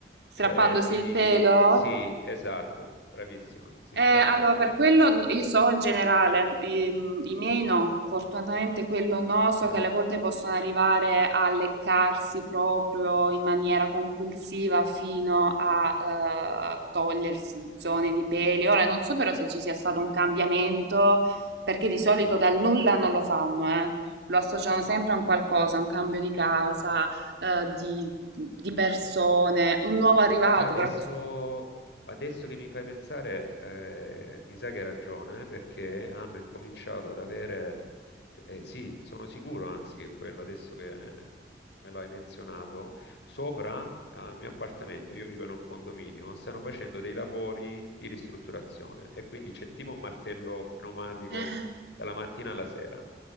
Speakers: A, on the right; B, on the left.
A: Strappandosi
B: cioè si...
A: il pelo.
B: Sì, esatto, bravissima, si
A: Eh,
B: strappa
A: allora,
B: il pelo.
A: per quello n- io so in generale, i, i miei no, fortunatamente quello no, so
B: Ah,
A: che alle volte possono arrivare a leccarsi proprio in maniera compulsiva fino a eh, togliersi zone di peli. Ora non so però se ci sia stato un cambiamento, perché di solito
B: no,
A: dal nulla non lo fanno, eh. Lo associano
B: no.
A: sempre a un qualcosa, a un cambio di casa, eh, di, di persone, un nuovo arrivato,
B: Adesso,
A: però questo...
B: adesso che mi fai pensare, eh, mi sa che hai ragione, eh, perché hanno incominciato ad avere, eh, sì, sono sicuro, anzi, che quello adesso che me lo hai menzionato, sopra al mio appartamento, io vivo in un condominio, stanno facendo dei lavori di ristrutturazione e quindi c'è tipo un martello pneumatico
A: Mm?
B: dalla mattina alla sera.